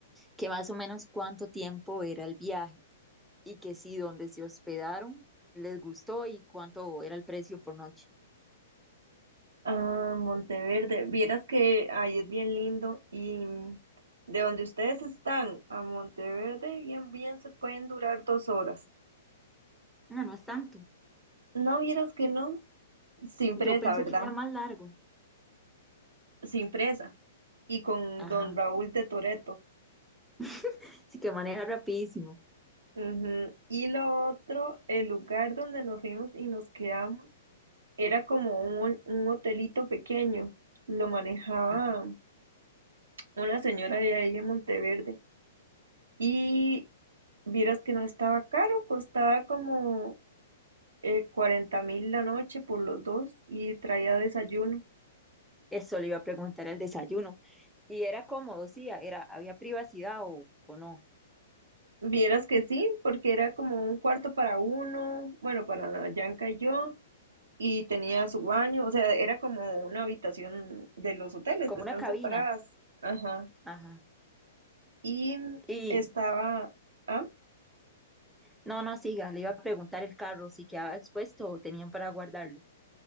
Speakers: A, in the centre; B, on the right.
A: que más o menos cuánto tiempo era el viaje y que sí, donde se hospedaron, les gustó y cuánto era el precio por noche.
B: Ah, Monteverde. Vieras que ahí es bien lindo y mm, de donde ustedes están a Monteverde, bien, bien se pueden durar dos horas.
A: No, no es tanto.
B: No vieras que no, sin
A: Yo
B: presa,
A: pensé
B: ¿verdad?
A: que era más largo.
B: Sin presa. Y con
A: Ajá,
B: don Raúl de Toreto.
A: <laughs> sí que maneja rapidísimo.
B: Ujú. Y lo otro, el lugar donde nos vimos y nos quedamos era como un, un hotelito pequeño. Lo manejaba
A: Ajá.
B: una señora de ahí de Monteverde. Y vieras que no estaba caro, costaba como eh, 40 mil la noche por los dos y traía desayuno.
A: Eso le iba a preguntar el desayuno. Y era cómodo, sí, era, había privacidad o, o no,
B: Vieras que sí, porque era como un cuarto para uno, bueno, para Yanka y yo, y tenía su baño, o sea, era como una habitación de los hoteles
A: como
B: que están
A: una cabina.
B: separadas. Ajá.
A: Ajá.
B: Y
A: Y
B: estaba, ah,
A: no, no, siga, le iba a preguntar el carro si quedaba expuesto o tenían para guardarlo.